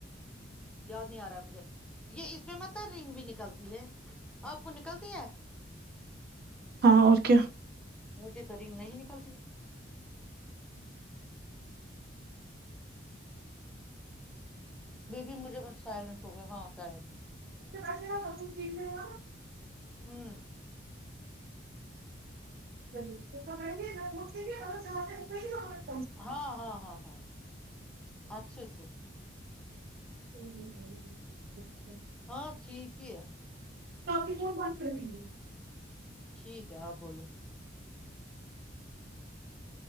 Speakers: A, in the centre; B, on the right.
A: یاد نہیں آ رہا ہے مجھے یہ اس میں متر رنگ بھی نکلتی ہے آپ کو نکلتی ہے
B: ہاں اور کیا
A: مجھے تو رنگ نہیں نکلتی بی بھی مجھے مسائل ر گا ہاں سگم
B: وسے ک دے ہو
A: ہوں
B: <inaudible>
A: ہاں ہاں ہاں ہاں اچھا سے
B: ہ اچ <unintelligible>
A: ہاں ٹھیک ہی ہے
B: قی تو ب کرڑیںی
A: ٹھیک ہے آپ بولو